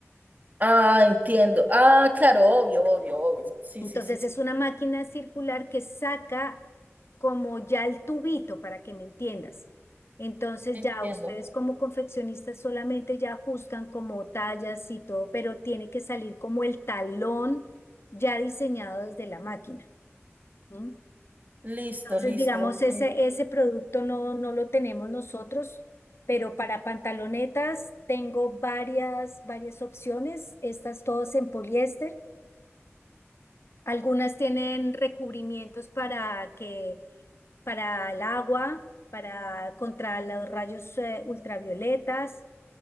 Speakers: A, on the right; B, on the left.
A: Ah, entiendo. Ah, claro, obvio, obvio, obvio. Sí,
B: Entonces
A: sí, sí, sí,
B: es una máquina circular que saca como ya el tubito, para que me entiendas. Entonces
A: Entiendo.
B: ya ustedes como confeccionistas solamente ya ajustan como tallas y todo, pero tiene que salir como el talón ya diseñado desde la máquina. ¿m?
A: Listo,
B: Entonces,
A: listo.
B: digamos,
A: ok.
B: ese, ese producto no, no lo tenemos nosotros, pero para pantalonetas tengo varias, varias opciones, estas todas en poliéster. Algunas tienen recubrimientos para que, para el agua, para contra los rayos eh, ultravioletas.